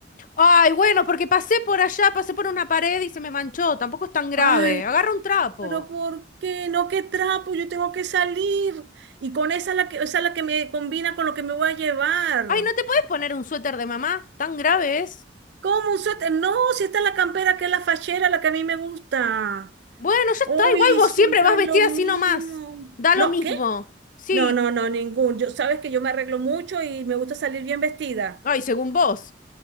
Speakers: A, on the left (about 45°); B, on the right (about 65°).
A: Ay, bueno, porque pasé por allá, pasé por una pared y se me manchó. Tampoco es tan grave.
B: Ay,
A: Agarra un trapo.
B: Pero ¿por qué? No, qué trapo, yo tengo que salir. Y con esa es la que, esa es la que me combina con lo que me voy a llevar.
A: Ay, ¿no te puedes poner un suéter de mamá? ¿Tan grave es?
B: ¿Cómo un suéter? No, si esta es la campera que es la fachera, la que a mí me gusta.
A: Bueno, ya
B: Uy,
A: está. Igual vos
B: siempre
A: siempre vas vestida
B: es lo mismo.
A: así nomás. Da
B: No,
A: lo mismo.
B: ¿qué?
A: Sí.
B: No, no, no, ningún. Yo, sabes que yo me arreglo mucho y me gusta salir bien vestida.
A: Ay, según vos.